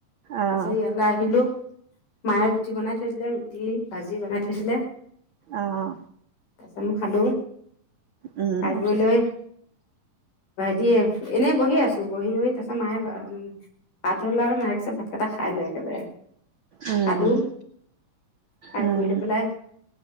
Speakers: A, on the left; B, on the right.
A: তাৰ
B: অ',
A: পিছত ইয়ালৈ আহিলো, মায়ে ৰুটি বনাই থৈ দিলে, ৰুটি ভাজি বনাই থৈছিলে
B: অঁ
A: <unintelligible> মই খালো।
B: উম,
A: খাই বৈ লৈ দিয়ে, এনেই বহি আছো বহি-বহি তাৰ পিছত মায়ে উম, ভাত হ'ল আৰু মায়ে ভাত কেইটা খাই ল একেবাৰে।
B: উম,
A: খালো, খাই
B: উম।
A: বৈ লৈ পেলাই